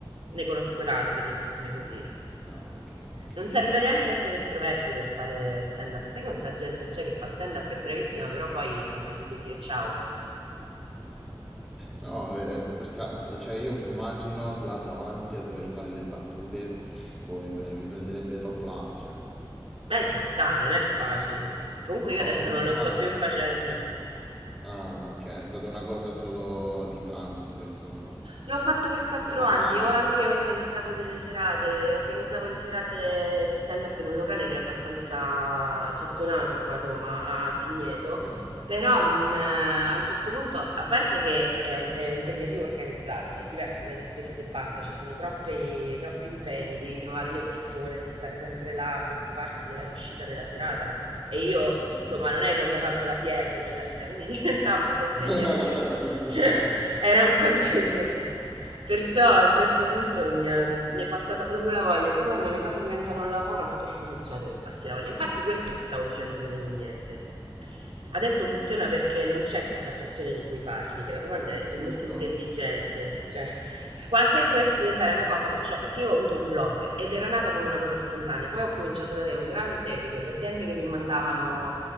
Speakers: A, on the right (about 80°); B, in the centre.
A: ne conosco tante di persone così.
B: Ah, ok, ok.
A: Non serve neanche essere estroversi per fare stand up. Sai quanta gente c'è che fa stand up, è bravissima, però poi non, non gli puoi dire ciao.
B: No, eh, perché eh, cioè io mi immagino là davanti a dover fare le battute, boh, mi, pre- mi prenderebbe troppo l'ansia.
A: Ma ci sta, non è facile. Comunque
B: No,
A: io adesso
B: non
A: non
B: è facile.
A: lo sto più facendo.
B: Ah, ok, è stata una cosa solo di transito, insomma,
A: L'ho fatto per quattro
B: una
A: anni,
B: fase.
A: ho anche organizzato delle serate, organizzavo le serate di stand-up in un locale che è abbastanza gettonato qua a Roma, al Pigneto,
B: Mhm,
A: però non, eh, a un certo punto, a parte che è, or- è impegnativo organizzarle, è diverso da esibirsi e basta, ci sono troppi, troppi impegni, devi trovare le persone, devi stare sempre là, preoccuparti della riuscita della serata e io...
B: mhm.
A: Insomma, non è che ho mai fatto la PR nella vita, quindi <laughs> diventava un po' impegnativo.
B: <laughs>
A: <laughs> Era un po' impegnativo. Perciò a un certo punto non mi, ha- non- mi è passata proprio la voglia. Sai quando le cose diventano un lavoro, spesso succede che passi la voglia. Infatti, questo ti stavo dicendo delle vignette. Adesso
B: Mm,
A: funziona perché non c'è questa pressione di cui parli, che la domanda è è
B: Giusto,
A: molto intelligente. Cioè, qua- se dovesse diventare una cosa che ho, perché io ho avuto un blog ed era nata come una cosa spontanea, poi ho cominciato ad avere un grande seguito, le aziende che mi mandavano,